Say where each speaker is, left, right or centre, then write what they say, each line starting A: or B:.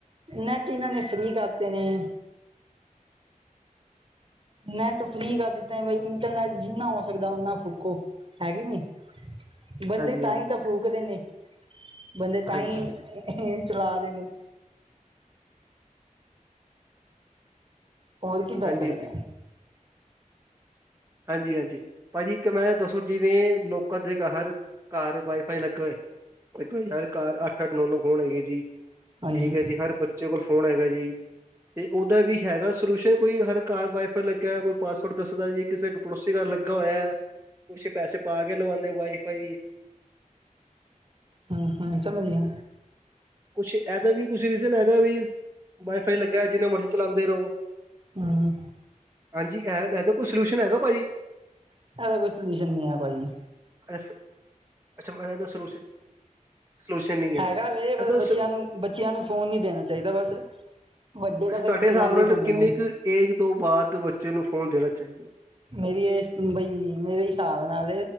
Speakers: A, on the right (about 40°); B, on the right (about 20°).
A: ਨੈਟ ਇਹਨਾਂ ਨੇ ਫ੍ਰੀ ਕਰਤੇ ਨੇ। ਨੈੱਟ ਫ੍ਰੀ ਕਰ ਦਿੱਤਾ, ਬਾਈ ਇੰਟਰਨੈਟ ਜਿੰਨਾ ਹੋ ਸਕਦਾ ਓਨਾ ਫੂਕੋ। ਹੈ ਗੇ ਨੀ ਬੰਦੇ
B: ਹਾਂਜੀ
A: ਤਾਂਹੀ
B: ਹਾਂਜੀ
A: ਤਾਂ ਫੂਕਦੇ ਨੇ, ਬੰਦੇ ਤਾਂਹੀ
B: ਹਾਂਜੀ
A: ਚਲਾ ਰੇ ਨੇ। ਹੋਰ ਕੀ ਦੱਸ
B: ਹਾਂਜੀ
A: ਰਿ
B: ਹਾਂਜੀ-ਹਾਂਜੀ, ਭਾਜੀ ਇੱਕ ਮੈਂ ਦੱਸੋ ਜਿਵੇਂ ਲੋਕਾਂ ਦੇ ਗਾਹਰ ਘਾਰ ਵਾਈ-ਫਾਈ ਲੱਗਾ ਹੋਏ ਤੇ ਕੋਈ ਗਲ, ਘਾਰ ਅੱਠ-ਅੱਠ, ਨੋ-ਨੋ ਫੋਨ ਹੈਗੇ ਜੀ। ਠੀਕ
A: ਹਾਂਜੀ
B: ਐ ਜੀ, ਹਰ ਬੱਚੇ ਕੋਲ੍ਹ ਫੋਨ ਹੈਗਾ ਜੀ। ਤੇ ਉਹਦਾ ਵੀ ਹੈਗਾ ਸੋਲਿਊਸ਼ ਕੋਈ ਹਰ ਘਾਰ ਵਾਈ-ਫਾਈ ਲੱਗਿਆ, ਕੋਈ ਪਾਸਵਰਡ ਦੱਸਦਾ ਜੀ। ਕਿਸੇ ਇੱਕ ਪੜੋਸੀ ਘਰ ਲੱਗਾ ਹੋਇਐ ਕੁਸ਼ ਪੈਸੇ ਪਾ ਕੇ ਲਵੋਂਦੇ ਵਾਈਫਾਈ।
A: ਹਾਂ-ਹਾਂ ਸਮਜ ਗਿਆ।
B: ਕੁਛ ਇਹਦਾ ਵੀ ਕੁਛ ਰੀਜ਼ਨ, ਇਹਦਾ ਵੀ ਵਾਈ ਫਾਈ ਲੱਗਿਆ ਹੋਇਆ ਹੈ, ਜਿੰਨਾ ਮਰਜ਼ੀ ਚਲਾਉਂਦੇ ਰਹੋ।
A: ਹਾਂ।
B: ਹਾਂਜੀ, ਇਹ ਇਹਦਾ ਕੋਈ ਸੋਲਿਊਸ਼ਨ ਹੈਗਾ ਭਾਜੀ।
A: ਇਹਦਾ ਕੋਈ ਸੋਲਿਊਸ਼ਨ ਨਹੀਂ ਐ, ਭਾਜੀ।
B: ਅੱਛਾ, ਇਸਦਾ ਸੋਲਿਊਸ਼ਨ। ਸੋਲਿਊਸ਼ਨ ਨਹੀਂ। ਹੈ
A: ਹੈਗਾ ਵੇ, ਪਰ
B: ਇਹਦਾ
A: ਬੱਚਿਆਂ
B: ਸ-
A: ਨੂੰ ਬੱਚਿਆਂ ਨੂੰ ਫ਼ੋਨ ਨੀ ਦੇਣਾ ਚਾਹੀਦਾ ਬਸ। ਵੱਡੇ ਤਾਂ
B: ਅੱਛਾ
A: ਫਿਰ
B: ਤੁਹਾਡੇ
A: ਵੀ ਚਲਾਂਦੇ
B: ਹਿਸਾਬ ਨਾਲ
A: ਹੀ ਰਹਿੰਦੇ
B: ਕਿੰਨੀ
A: ਨੇ।
B: ਕੁ ਏਜ ਤੋਂ ਬਾਅਦ, ਬੱਚੇ ਨੂੰ ਫੋਨ ਦੇਣਾ ਚਾਹੀਦਾ।
A: ਮੇਰੀ ਇਹ ਬਈ, ਮੇਰੇ ਹਿਸਾਬ ਨਾਲ